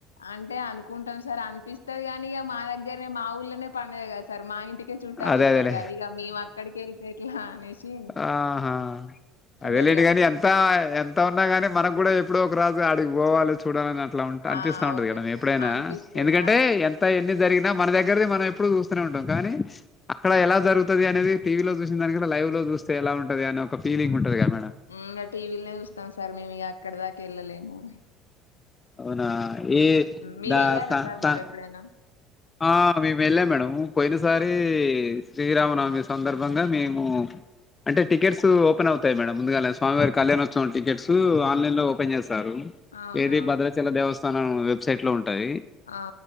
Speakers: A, on the left; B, on the left.
A: అంటే అనుకుంటాం సార్ అనిపిస్తది కాని ఇక మా దగ్గరనే మా ఊళ్ళనే పండది కదు సార్ మా ఇంటికే చుట్టాలు
B: అదే
A: వస్తారు
B: అదేలే
A: కదా ఇక మేము అక్కడికి వెళ్తే ఎట్లా అనేసి
B: ఆహా అదేలేండి
A: వెళ్ళము.
B: కాని ఎంత ఎంత ఉన్నా గాని మనకు కూడా ఎప్పుడో ఒక రాజు అడిగి పోవాలి చూడాలని అ ఇట్లా ఉంట అనిపిస్తా
A: ఆ! అవును.
B: ఉంటది కదా ఎప్పుడైనా
A: అనిపిస్తాయి.
B: ఎందుకంటే
A: ఆ!
B: ఎంత ఎన్ని జరిగిన మన దగ్గరది మనం ఎప్పుడు చూస్తూనే ఉంటాం కానీ అక్కడ ఎలా జరుగుతుది అనేది టీవీ లో చూసిన దానిక లైవ్ లో చూస్తే ఎలా ఉంటది అనే ఒక ఫీలింగ్ ఉంటది కాబట్టి
A: ఇ ఇంకా టీవీలనే చూస్తాం సార్ మేము ఇ అక్కడ దాకా వెళ్ళలేము
B: అవునా ఏ
A: మీరెళ్లారా
B: ద సా
A: సార్
B: సా
A: మరెప్పుడైనా?
B: ఆ మేము వెళ్ళా మేడ పోయినసారి శ్రీరామనవమి సందర్భంగా మేము అంటే టికెట్ ఓపెన్ అవుతా మేడంందుగా స్వామివారి కళ్యాణోత్సం టికెట్స్ ఆన్లైన్ లో పె చేస్తయి
A: అవునా!
B: ఏది భద్రాచల దేవస్థానం వెబ్సైట్ లో ఉంటాయి
A: ఆ!